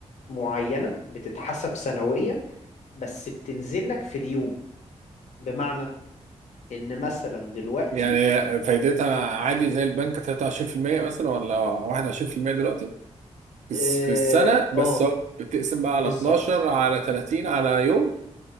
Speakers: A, on the left; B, on the right.
A: معينة بتتحسب سنوية بس بتنزل لك في اليوم بمعنى ان مثلا دلوقتي
B: يعني فايدتها عادي
A: مم.
B: زي البنك 23% مثلا ولا 21% دلوقتي بس
A: اه
B: في السنة بس
A: آه،
B: هو بتقسم بقى
A: بالظبط
B: على 12 على 30 على يوم